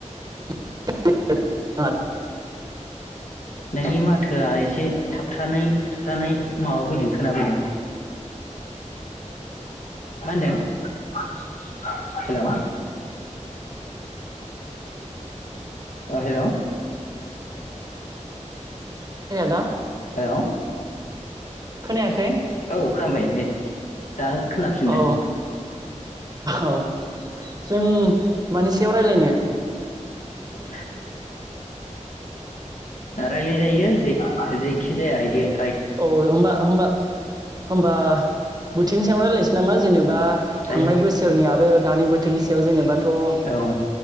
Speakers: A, on the right; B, on the left.
A: <inaudible>
B: नोंनि माथोआ एसे थाबथानाय थाबथानाय माबा फैदों खोनाफैदों। मा होनदों हेल' ओ हेल'
A: आदा
B: औ
A: खोनायाखै
B: औ खोनाबाय दे दा खोनाफिननो
A: औ औ जों मानि सायाव राय्लायनो?
B: ओ राय्लायजायो जेखि जेखिजाया आइदाया
A: औ होमबा होमबा होमबा बोथोरनि सायाव रायलायनोसै नामा जेनेबा
B: जायो
A: थांनाय बोसोरनि आरो दानि बो थोर नि सायाव जेनेबा थ' उम
B: औ